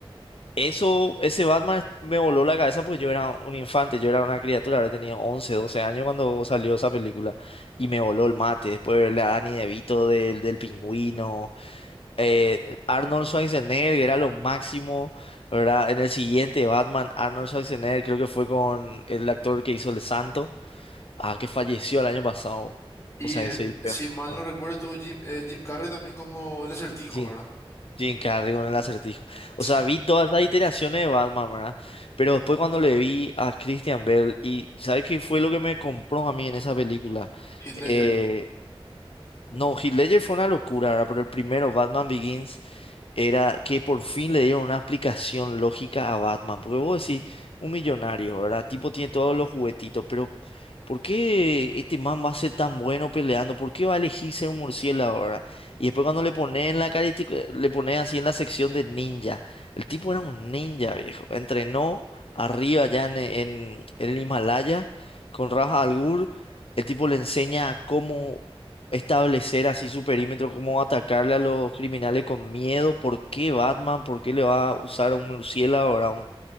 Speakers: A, on the left; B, on the left.
A: eso, ese Batman me voló la cabeza porque yo era un infante, yo era una criatura, ahora tenía 11, 12 años cuando salió esa película y me voló el mate. Después de verle a Danny DeVito del, del Pingüino, eh, Arnold Schwarzenegger era lo máximo, ¿verdad? En el siguiente Batman, Arnold Schwarzenegger creo que fue con el actor que hizo El Santo, ah, que falleció el año pasado.
B: Y
A: O sea,
B: eh,
A: soy el peor.
B: si mal
A: ¿no?
B: no recuerdo, estuvo Jim, eh, Jim Carrey también como el acertijo,
A: Sí.
B: ¿verdad?
A: Jim Carrey con el acertijo.
B: Sí.
A: O sea, vi todas las iteraciones de Batman, ¿verdad? Pero después cuando le vi a Christian Bale, y ¿sabes qué fue lo que me compró a mí en esa película?
B: Heath Ledger.
A: Eh, no, Heath Ledger fue una locura, ¿verdad? Pero el primero, Batman Begins, era que por fin le dieron una explicación lógica a Batman. Porque vos decís, un millonario, ¿verdad? Tipo tiene todos los juguetitos, pero ¿por qué este man va a ser tan bueno peleando? ¿Por qué va a elegirse un murciélago, ¿verdad? Y después cuando le ponen en la cara, le ponen así en la sección de ninja. El tipo era un ninja, viejo. Entrenó arriba allá en, en, en el Himalaya con Raja al Ghul. El tipo le enseña cómo establecer así su perímetro, cómo atacarle a los criminales con miedo. ¿Por qué Batman? ¿Por qué le va a usar a un murciélago? ahora? un...